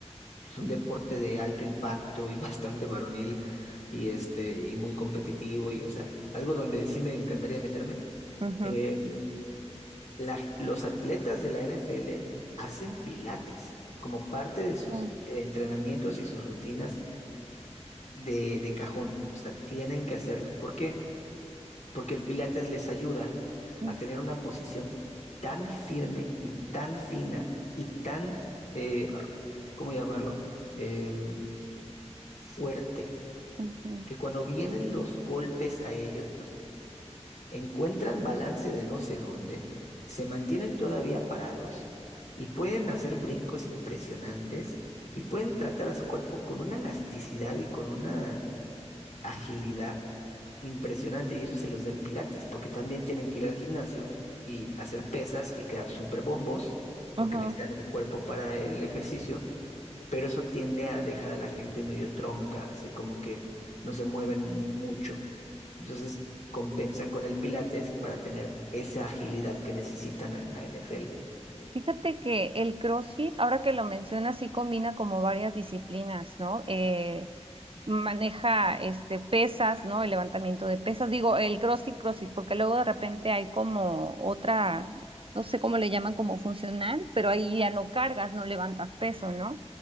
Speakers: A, on the left; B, on the right.
A: Es un deporte de alto impacto y <laughs> bastante varonil y este y muy competitivo y o sea, algo donde sí me encantaría meterme.
B: ujú,
A: Eh, la- los atletas de la NFL hacen pilates como parte de sus
B: ujú,
A: entrenamientos y sus rutinas de, de cajón. O sea, tienen que hacerlo. ¿Por qué? Porque el pilates les ayuda
B: ujú,
A: a tener una posición tan firme y tan fina y tan, eh, ¿cómo llamarlo? Em, fuerte
B: ujú,
A: que cuando vienen los golpes a ellos, encuentran balance de no sé dónde, se mantienen todavía parados y pueden hacer brincos impresionantes y pueden tratar a su cuerpo con una elasticidad y con una agilidad impresionante. Y eso se los da el Pilates, porque también tienen que ir al gimnasio y hacer pesas y quedar súper bombos, porque
B: ujú.
A: necesitan el cuerpo para el ejercicio, pero eso tiende a dejar a la gente medio tronca, así como que no se mueven mucho. Entonces compensan con el Pilates para tener esa agilidad que necesitan en la NFL.
B: Fíjate que el CrossFit, ahora que lo mencionas, sí combina como varias disciplinas, ¿no? Eh, maneja este pesas, ¿no? El levantamiento de pesas. Digo, el CrossFit, CrossFit, porque luego de repente hay como otra, no sé cómo le llaman, como funcional, pero ahí ya no cargas, no levantas peso, ¿no?